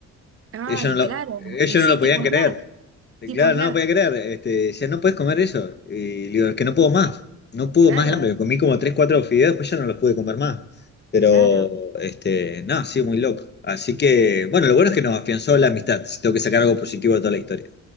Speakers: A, on the right (about 50°); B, on the left (about 35°).
A: Ay,
B: Ellos no
A: claro.
B: lo, ellos
A: Y sí,
B: no lo
A: tipo
B: podían creer.
A: snack,
B: Y
A: tipo
B: Claro,
A: snack.
B: no lo podían creer. Este, decían, no puedes comer eso. Y le digo, es que no puedo más. No puedo
A: Claro,
B: más el hambre. Comí como tres, cuatro fideos, después ya no los pude comer más. Pero,
A: claro.
B: este, no, sí, muy loco. Así que, bueno, lo bueno es que nos afianzó la amistad. Si Tengo que sacar algo positivo de toda la historia.